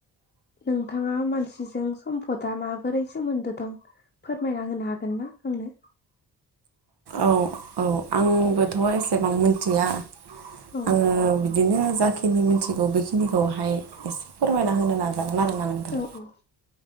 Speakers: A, on the left; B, on the right.
A: नोंथाङा मानसिजों सम्पदा माबोरै सोमोन्दो दं फोरमायना होनो हागोन ना आंनो
B: औ औ आंबोथ' एसेबां मिथिया
A: औ
B: आङो बिदिनो जाखिनि मिथिगौ बेखिनिखौहाय एसे फोरमायना होनो नाजागोन आरोना नोंथां।
A: औ औ